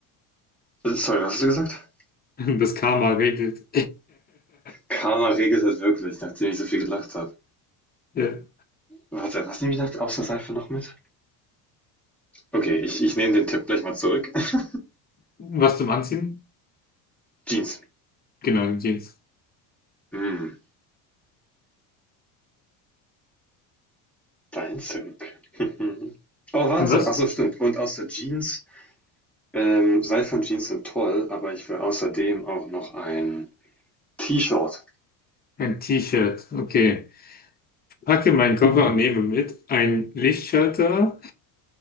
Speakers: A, in the centre; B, on the left.
A: Äh, Sorry, was hast du gesagt?
B: <laughs> Das Karma regelt. <laughs>
A: Karma regelt halt wirklich, nachdem ich so viel gelacht habe.
B: Ja.
A: Warte, was nehme ich nach, außer Seife noch mit? Okay, ich, ich nehme den Tipp gleich mal zurück. <laughs>
B: Was zum Anziehen?
A: Jeans.
B: Genau, ein Jeans.
A: Hm, dein Tipp. <laughs> oh, warte.
B: Ein was?
A: Achso, stimmt. Und außer Jeans. Ähm, Seife und Jeans sind toll, aber ich will außerdem auch noch ein T-Shirt.
B: Ein T-Shirt. Okay. Packe meinen Koffer und nehme mit ein Lichtschalter.